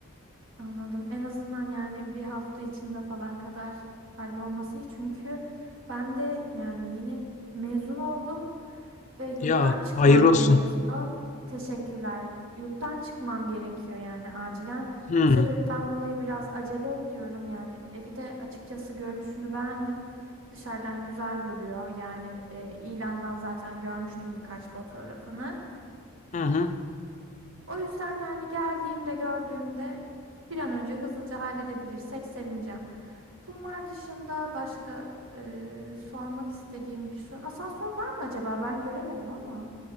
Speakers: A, on the right; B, on the left.
A: Anladım. En azından yani bir hafta içinde falan kadar hallolması iyi. Çünkü ben de yani yeni mezun oldum ve yurttan
B: Ya
A: çıkmam
B: hayırlı olsun.
A: gerekiyor. Teşekkürler. Yurttan çıkmam gerekiyor yani acilen.
B: Hı
A: Bu sebepten dolayı biraz acele ediyorum yani. Evi de açıkçası görünüşünü beğendim. Dışarıdan güzel duruyor. Yani e, ilandan zaten görmüştüm birkaç fotoğrafını.
B: Hı hı.
A: O yüzden yani geldiğimde gördüğümde bir an önce hızlıca halledebilirsek sevineceğim. Bunlar dışında başka e, sormak istediğim bir soru. Asansör var mı acaba? Ben göremedim ama.